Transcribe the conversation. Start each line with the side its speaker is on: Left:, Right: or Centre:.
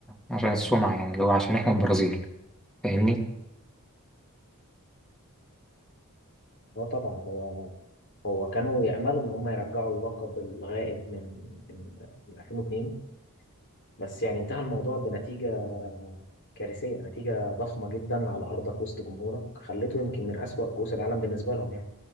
Centre: عشان السمعة يعني اللي هو عشان احنا البرازيل فاهمني
Left: اه طبعا هو هو كانوا يأملوا إن هم يرجعوا اللقب الغائب من من من 2002 بس يعني انتهى الموضوع بنتيجة كارثية نتيجة ضخمة جدا على أرضك وسط جمهورك خليته يمكن من أسوأ كؤوس العالم بالنسبة لهم يعني